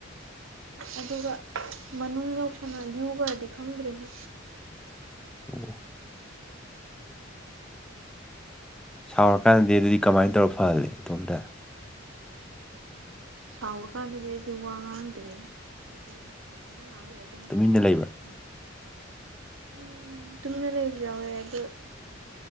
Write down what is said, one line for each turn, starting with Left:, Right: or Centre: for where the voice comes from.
Right: ꯑꯗꯨꯒ ꯃꯅꯨꯡ ꯌꯥꯎꯁꯟꯅ ꯌꯨꯒꯔꯗꯤ ꯈꯪꯗ꯭ꯔꯦꯍ‌ꯦ
Centre: ꯑꯣ ꯁꯥꯎꯔꯀꯥꯟꯗꯗꯤ ꯑꯗꯨꯗꯤ ꯀꯃꯥꯏꯅ ꯇꯧꯔ ꯐꯍꯜꯂꯦ ꯏꯇꯣꯝꯇ
Right: ꯁꯥꯎꯔ ꯀꯥꯟꯗꯗꯤ ꯑꯩꯗꯤ ꯋꯥ ꯉꯥꯡꯗ꯭ꯔꯦꯍ‌ꯦ ꯑꯗꯨꯝ ꯃꯊꯟꯗ ꯉꯥꯡꯍꯥꯛ ꯂꯩꯔꯅꯤ ꯑꯗꯨꯝ
Centre: ꯇꯨꯃꯤꯟꯅ
Right: ꯃꯊꯟꯗ
Centre: ꯂꯩꯕ꯭ꯔꯥ
Right: ꯃꯨꯠ ꯎꯝ ꯇꯨꯃꯤꯟꯅ ꯂꯩꯕꯖꯨ ꯌꯥꯎꯋ‌ꯦ ꯑꯗꯨ <inaudible>